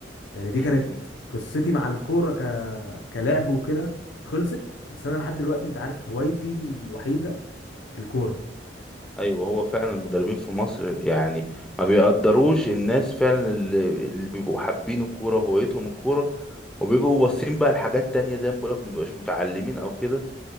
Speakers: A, on the left; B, in the centre.
A: يعني دي
B: مم.
A: كانت قصتي مع الكوره ك... كلعب وكده خلصت بس انا لحد دلوقتي انت عارف هوايتي الوحيده الكوره
B: ايوه هو فعلا المدربين في مصر يعني ما بيقدروش الناس فعلا اللي, اللي بيبقوا حابين الكوره وهويتهم الكوره وبيبقوا باصين بقى لحاجات تانية زي ما بقولك ما بيبقاش متعلمين او كده